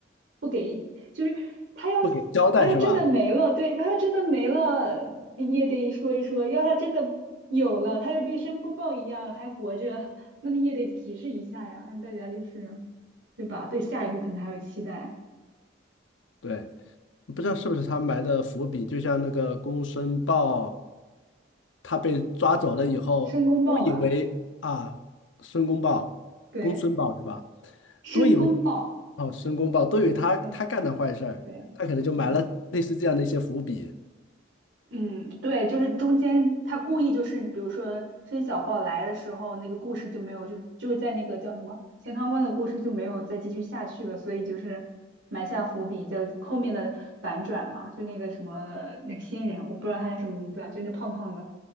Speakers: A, on the right; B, on the left.
A: 不给就是他要死他要真的没了，
B: 不给交代是吧？
A: 对，他要真的没了，你也得说一说；要他真的有了，他又跟申公豹一样还活着，那你也得提示一下呀，让大家就是对吧？对下一步可能还有期待，
B: 对，不知道是不是他埋的伏笔，就像那个《公孙豹》，他被抓走了以后，
A: 申公豹吧，
B: 都以为啊，申公豹、
A: 对，
B: 公孙豹是吧？
A: 申公豹，
B: 都以为。哦，申公豹都以为他他干的坏事儿，
A: 对对，
B: 他可能就埋了类似这样的一些伏笔。
A: 嗯。嗯，对，就是中间他故意就是，比如说申小豹来的时候，那个故事就没有，就就是在那个叫什么钱塘关的故事就没有再继续下去了，所以就是埋下伏笔，叫后面的反转嘛，就那个什么那个仙人，我不知道他叫什么名字啊，就那胖胖的